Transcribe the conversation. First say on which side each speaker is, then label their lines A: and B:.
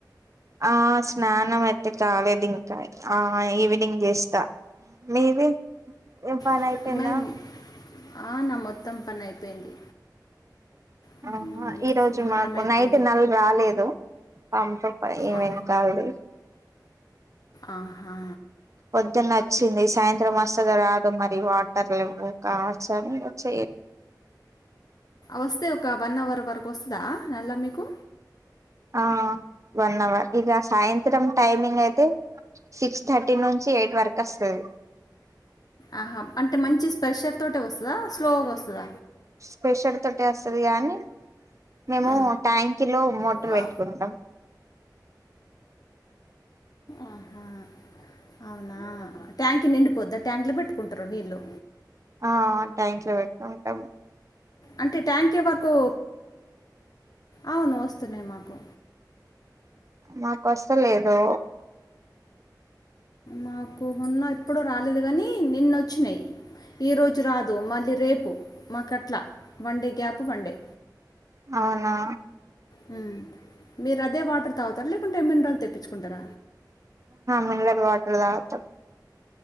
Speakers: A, on the right (about 45°); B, on the left (about 60°).
A: ఆ స్నానం అయితే కాలేదు ఇంక ఆ ఈవినింగ్ చేస్త మీది పని
B: <unintelligible>
A: అయిపోయిందా
B: ఆ నా మొత్తం పని అయిపోయింది హ్మ్.
A: ఆ ఈ రోజు
B: స్నానం
A: మాకు
B: అయిపోయింది.
A: నైట్ నలు రాలేదు <unintelligible> ఏమేం
B: ఆ!
A: కాలదు
B: ఆహా
A: పొద్దున్న వచ్చింది సాయంత్రం వస్తదో రాదో మరి వాటర్ లేవ్వు కావచ్చు అని <unintelligible>
B: వస్తే ఒక వన్ అవర్ వరకు వస్తుంద నల్ల మీకు
A: ఆ వన్ అవర్ ఇగ సాయంత్రం టైమింగ్ అయితే సిక్స్ థర్టీ నుంచి ఎయిట్ వరకు వస్తది
B: ఆహా అంటే మంచి స్పెషర్ తోటే వస్తద స్లోగా వస్తద
A: స్పెషర్ తోటే వస్తది కానీ మేము
B: ఆ.
A: ట్యాంకిలో మోటర్
B: అమ్మా
A: పెట్టుకుంటాం
B: ఆహా అవునా ట్యాంక్ నిండిపోద్ద ట్యాంకులో పెట్టుకుంటారు నీళ్ళు
A: ఆ ట్యాన్క్ లో పెట్టు కుంటం
B: అంటే ట్యాంక్ ఎవరికో అవును వస్తున్నాయి మాకు
A: మాకు వస్త లేదు
B: మాకు మొన్న ఎప్పుడో రాలేదు కాని నిన్నొచ్చినాయి ఈరోజు రాదు మళ్ళీ రేపు మాకట్ల వన్డే గ్యాప్ వన్డే
A: అవునా
B: హు మీరు అదే వాటర్ తాగుతారా లేకుంటే మినరల్ తెప్పించుకుంటార
A: మినరల్ వాటర్ తాగుతాం